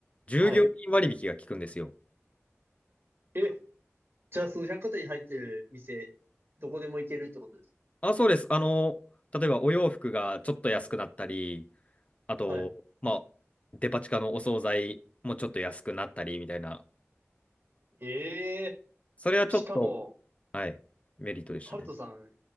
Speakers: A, on the left; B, on the right.
A: 従業員割引が効くんですよ。
B: はい。え、じゃあその百貨店に入ってる店、どこでも行けるってことです。
A: あ、そうです。あの、例えばお洋服がちょっと安くなったり、あと、
B: はい。
A: まあ、デパ地下のお惣菜もちょっと安くなったりみたいな。
B: ええ
A: それはちょっと、
B: しかも、
A: はい、メリットでしたね。
B: ハルトさん、